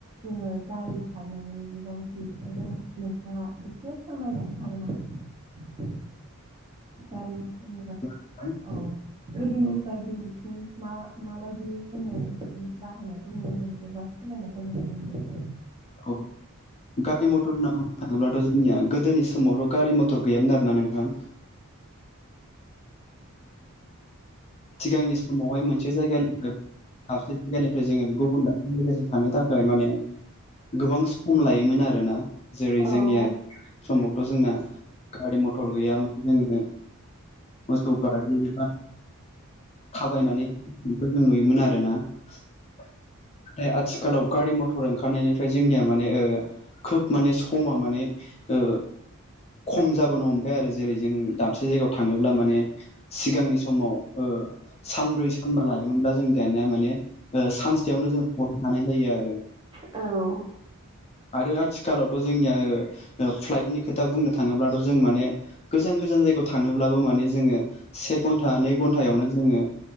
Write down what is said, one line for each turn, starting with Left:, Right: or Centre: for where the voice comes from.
Right: जोङो गारि खारनायनि बिबांथि एबा नोंथाङा एसे फोरमायलांनो हागोन आरों गारि मथरनि <unintelligible>
Left: <unintelligible>
Right: औ गोदोनिफ्राय
Left: औ
Right: दिनैसिम <unintelligible> माबायदि जोङो बाहायनायखौ नुनो मोनबोबाय? सोलायनायखौ नुनो मोनबो
Left: <unintelligible> गारि मथर होनना बुंनो थाङोब्लाथ' जोंनिया गोदोनि समावथ' गारि मथर गैयामोन आरोना नोंथां। सिगांनि समावहाय मोनसे जायगानिफ्राय दाबसे जायगानिफ्राय जोङो गुबुन दाबसे जायगसिम थांनो थाखाय माने गोबां सम लायोमोन आरोना। जेरै
Right: औ
Left: जोंनिया <unintelligible> समावथ' जोंना गारि मथर गैयामोन जोङो मोसौ गारि एबा थाबायनानै <unintelligible> जों नुयोमोन आरोना <unintelligible> आथिखालाव गारि मथर ओंखारनायनिफ्राय जोंनिया माने खोब माने समा माने ओ खम जाबोनो हमबाय आरो जेरै जों दाबसे जायगायाव थांनोब्ला माने सिगांनि समाव ओ सानब्रै सानबा लायोमोनब्ला जों दानिया माने ओ सानसेयावनो जों हरनो हानाय जायो आरो।
Right: औ।
Left: आरो आथिखालावथ' जोंनिया फ्लाइटनि खोथा बुंनो थाङोब्लाथ' जों माने गोजान गोजान जायगायाव थांनोब्लाबो माने जोङो से घन्टा नै घन्टायावनो जोङो